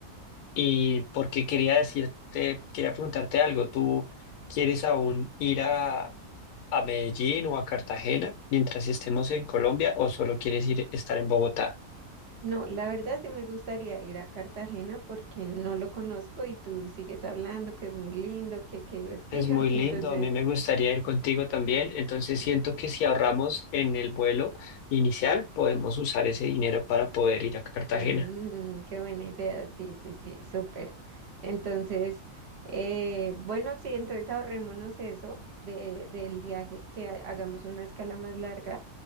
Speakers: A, on the left; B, on the right.
A: y porque quería decirte, quería preguntarte algo. ¿Tú quieres aún ir a, a Medellín o a Cartagena mientras estemos en Colombia o solo quieres ir estar en Bogotá?
B: No, la verdad sí me gustaría ir a Cartagena porque no lo conozco y tú sigues hablando que es muy lindo, que qué divertido.
A: Es muy
B: <laughs> Entonces,
A: lindo, a mí me gustaría ir contigo también, entonces
B: eh,
A: siento que si ahorramos en el vuelo inicial podemos usar ese dinero para poder ir a Cartagena.
B: mm, qué buena idea. Sí, sí, sí, súper. Entonces, eh, bueno, sí, entonces ahorrémonos eso de, del viaje, que ha- hagamos una escala más larga